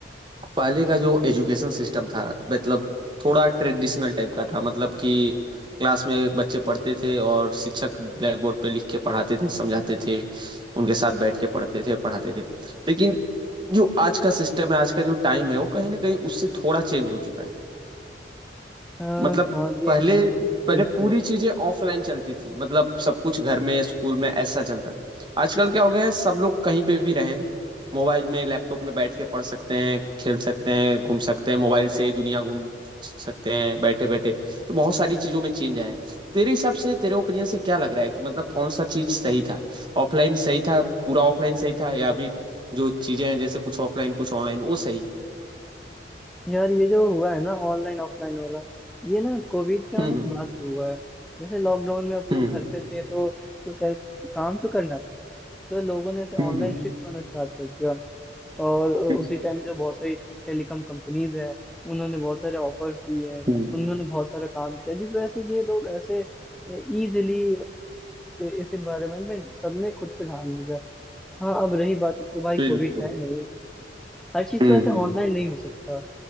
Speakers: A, on the right; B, in the centre.
A: पहले का जो एजुकेशन सिस्टम था मतलब थोड़ा
B: हम्म,
A: ट्रेडिशनल टाइप का था मतलब कि क्लास में बच्चे पढ़ते थे और शिक्षक ब्लैक बोर्ड पे लिख के पढ़ाते थे समझाते थे उनके साथ बैठ के पढ़ते थे पढ़ाते थे लेकिन जो आज का सिस्टम है आज का जो टाइम है वो कहीं ना कहीं उससे थोड़ा चेंज हो चुका है
B: हाँ
A: मतलब
B: हाँ, ये
A: पहले
B: बिल्कुल
A: पहले पूरी चीजें ऑफलाइन चलती थी मतलब सब कुछ घर में स्कूल में ऐसा चलता था आजकल क्या हो गया है सब लोग कहीं पे भी रहें मोबाइल में लैपटॉप में बैठ के पढ़ सकते हैं खेल सकते हैं घूम सकते हैं मोबाइल से ही दुनिया घूम सकते हैं बैठे बैठे तो बहुत सारी चीजों में चेंज आया है तेरे हिसाब से तेरे ओपिनियन से क्या लग रहा है कि मतलब कौन सा चीज सही था ऑफलाइन सही था पूरा ऑफलाइन सही था या अभी जो चीजें हैं जैसे कुछ ऑफलाइन कुछ ऑनलाइन वो सही है
B: यार ये जो हुआ है ना ऑनलाइन ऑफलाइन वाला ये ना कोविड के आने
A: हम्म
B: के बाद से हुआ है जैसे लॉकडाउन में आप लोग
A: हम्म हम्म
B: घर पे थे तो कोई कह- काम तो करना था तो लोगों ने ऐसे ऑनलाइन
A: हम्म
B: शिफ्ट होना स्टार्ट कर दिया और उसी
A: हम्म,
B: टाइम जो बहुत सारी टेलीकॉम कंपनीज है उन्होंने बहुत सारे ऑफर्स दिए हैं,
A: हम्म,
B: उन्होंने बहुत सारा काम किया जिस वजह से ये लोग ऐसे इजीली इस एनवायरनमेंट में सबने खुद को ढाल लिया हाँ अब रही बात अब तो भाई
A: बिल्कुल
B: कोविड है नहीं हर चीज
A: हम्म
B: तो ऐसे
A: हम्म
B: ऑनलाइन नहीं हो सकता